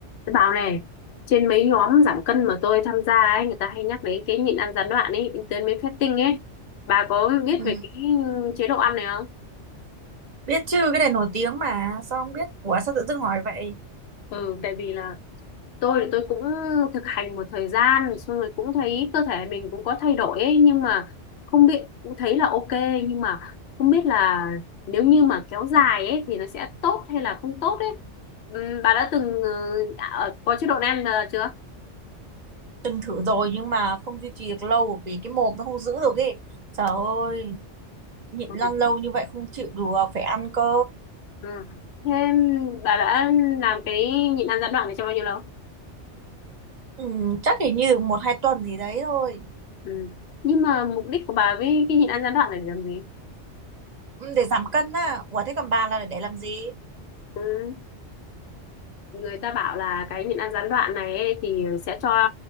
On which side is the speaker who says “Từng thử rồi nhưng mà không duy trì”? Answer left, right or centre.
Right